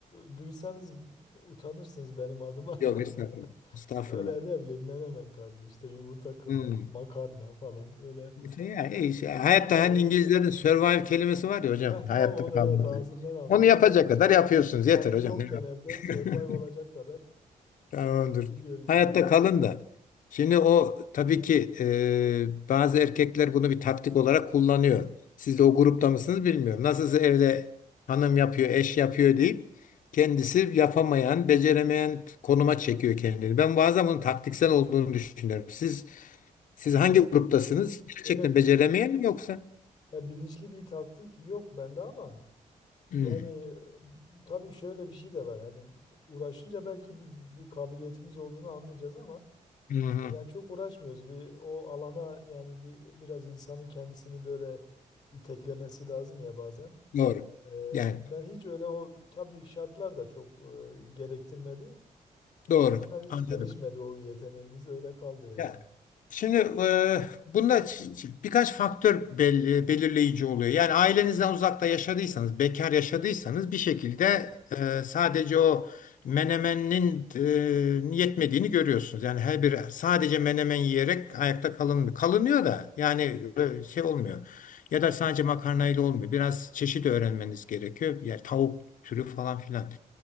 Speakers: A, on the left; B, on the left.
A: e, duysanız utanırsınız benim adıma.
B: yok estağfurullah.
A: <laughs>
B: Estağfurullah.
A: Böyle ne bileyim menemen tarzı işte yumurta kırmak,
B: Hmm.
A: makarna falan öyle.
B: İşte ya, e, işte hayatta
A: Yani
B: hani İngilizlerin survive kelimesi var ya hocam
A: heh,
B: hayatta
A: tam onu
B: kalmak.
A: evet ağzımdan aldınız.
B: Onu yapacak
A: Yani
B: kadar yapıyorsunuz
A: hanım
B: yeter hocam.
A: yokken
B: Ne
A: evde survive
B: yapayım?
A: olacak
B: <laughs>
A: kadar
B: Tamamdır.
A: e, biliyoruz
B: Hayatta
A: yani.
B: kalın da. Şimdi o tabii ki e, bazı erkekler bunu bir taktik olarak kullanıyor. Siz de o grupta mısınız bilmiyorum. Nasılsa evde hanım yapıyor, eş yapıyor deyip kendisi yapamayan, beceremeyen konuma çekiyor kendini. Ben bazen bunun taktiksel olduğunu düşünüyorum. Siz siz hangi
A: Yok.
B: gruptasınız? Gerçekten
A: Öyle
B: beceremeyen
A: bir
B: mi yoksa?
A: ya bilinçli bir taktik yok bende ama yani
B: Hmm.
A: e, tabii şöyle bir şey de var. Hani uğraşınca belki bir, bir kabiliyetimiz olduğunu anlayacağız ama
B: Hı hı.
A: Yani çok uğraşmıyoruz. Bir o alana yani bir biraz insanın kendisini böyle iteklemesi lazım ya bazen.
B: Doğru.
A: Ee,
B: Yani
A: ben hiç öyle o tabii şartlar da çok e, gerektirmedi. O
B: doğru.
A: yüzden hiç
B: Anladım.
A: gelişmedi o yeteneğimiz öyle kaldı yani.
B: Ya, şimdi e, bunda ç- ç- birkaç faktör belli, belirleyici oluyor. Yani ailenizden uzakta yaşadıysanız, bekar yaşadıysanız bir şekilde e, sadece o menemenin e, yetmediğini görüyorsunuz. Yani her bir sadece menemen yiyerek ayakta kalınmıyor. Kalınıyor da yani e, şey olmuyor. Ya da sadece makarnayla olmuyor. Biraz çeşit öğrenmeniz gerekiyor. Yani tavuk türü falan filan.